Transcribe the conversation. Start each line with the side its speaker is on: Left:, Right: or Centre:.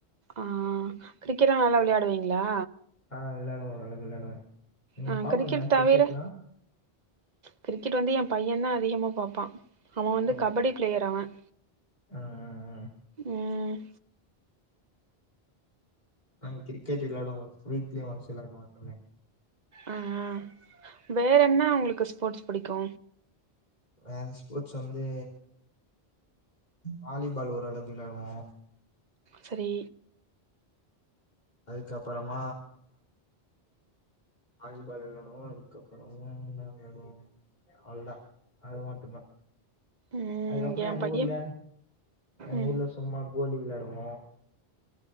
Right: ஆஹ் கிரிக்கெட்லா நல்லா விளையாடுவீங்ளா
Left: ஆ விளையாடுவோம் நல்ல விளையாடுவேன் நீங்க
Right: ஆ
Left: பாப்பிங்களா
Right: கிரிக்கெட்
Left: கிரிக்கெட்லாம்
Right: தவிர கிரிக்கெட் வந்து என் பையன்தா அதிகமா பாப்பான் அவன் வந்து
Left: ஓ
Right: கபடி பிளேயர் அவன்
Left: ஆ ஆ ஆ
Right: உம் <unintelligible>
Left: நாங்க கிரிக்கெட் விளையாடுவோம் வீக்லி ஒன்ஸ் விளையாடுவோம் எப்பவுமே
Right: அஹ் வேற என்ன உங்களுக்கு ஸ்போர்ட்ஸ் புடிக்கு
Left: வேற ஸ்போர்ட்ஸ் வந்து வாலிபால் ஓரளவுக்கு விளையாடுவோம்
Right: சேரி
Left: அதுக்குஅப்பறமா வாலிபால் வெளையாடுவோம் அதுக்கப்புறம் விளணும் அவ்வளேதான் அது மட்டு்தான்
Right: ம்
Left: அதுக்கப்பரேமே
Right: என்
Left: எங்க
Right: பையன்
Left: ஊர்ல எங்க
Right: ம்
Left: ஊர்ல சும்மா கோலி வெளையாடுவோம்